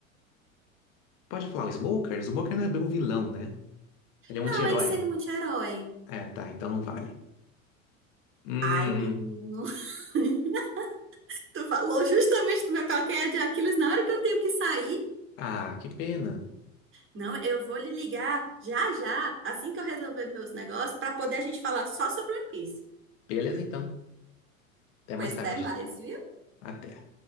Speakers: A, on the left; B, on the right.
A: Pode falar o Smoker? O Smoker não é bem um vilão, né? Ele é um
B: Não,
A: anti-herói.
B: ele seria um anti-herói.
A: É, tá, então não vale. Hum,
B: Ai, menino. <laughs> Tu falou justamente do meu calcanhar de Aquiles na hora que eu tenho que sair.
A: ah, que pena.
B: Não, eu vou lhe ligar já já, assim que eu resolver meus negócios, pra poder a gente falar só sobre One Piece.
A: Beleza, então. Até
B: Pois
A: mais tarde.
B: até mais, viu?
A: Até.